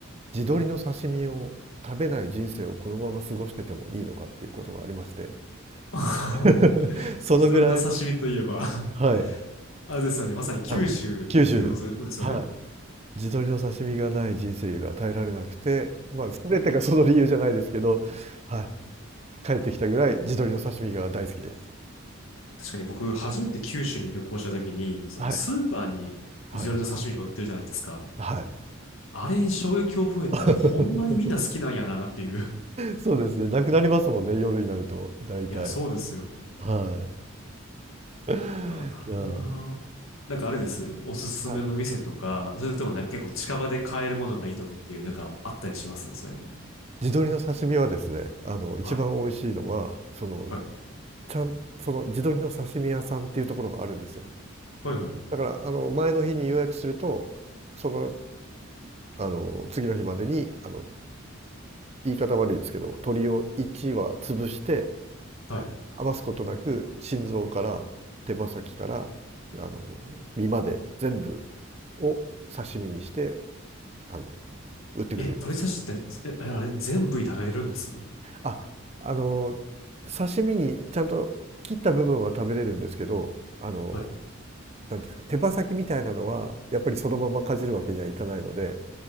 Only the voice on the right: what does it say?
地鶏の刺身を食べない人生をこのまま過ごしててもいいのかっていうことがありまして、
<laughs> そのぐらい、
はい、
はい、九州、はい。地鶏の刺身がない人生が耐えられなくて、まあ、全てがその理由じゃないですけど、はい、帰ってきたぐらい地鶏の刺身が大好きです。
はい、はいはい。
<laughs>
そうですね、なくなりますもんね、夜になると、
大体。
はい。<laughs> い
やー、
はい。
地鶏の刺身はですね、あの、一番美味しいのは、
その、
ちゃん、その地鶏の刺身屋さんっていうところがあるんですよ。
だから、あの、前の日に予約すると、その、あの、次の日までに、あの、言い方悪いですけど、鶏を1羽潰して、
あ余すことなく、心臓から手羽先から、あの、身まで全部を刺身にしてあの売ってくれるんですよ。
ああの刺身にちゃんと切った部分は食べれるんですけどあの
なんていうんですか手羽先みたいなのはやっぱりそのままかじるわけにはいかないので